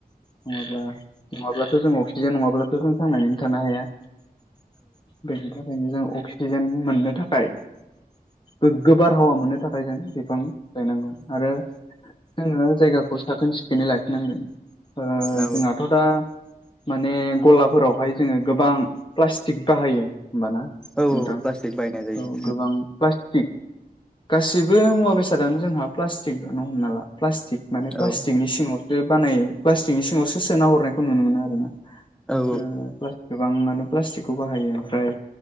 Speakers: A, on the left; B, in the centre.
A: नङाब्ला नङाब्ला थ' जों अक्सिजेन नङाब्लाथ' जों थांनानैनो थानो हाया। बेनि थाखायनो जों अक्सि अक्सिजेन मोननो थाखाय। ओ गोगो बार हावा मोननो थाखाय जों बिफां गायनांगोन आरो जोङो जायगाखौ साखोन सिखोनै लाखिनांगोन। ओ
B: औ
A: जोंहाथ' दा माने गलाफोरावहाय जोङो गोबां प्लास्टिक बाहायो। होमबाना
B: औ औ
A: नोंथां
B: प्लास्टिक बाहायनाय जायो।
A: औ गोबां थिग गासिबो मुवा बेसादानो जोंहा प्लास्टिक आनो हमना ला प्लास्टिक। माने
B: औ
A: प्लास्टिकनि सिङाव। बानाय प्लास्टिकनि सिङावसो सोना हरनायखौ नुनो मोनो आरो ना।
B: औ
A: ओम प्लास। गोबाङानो प्लास्टिकखौ बाहायो ओमफ्राय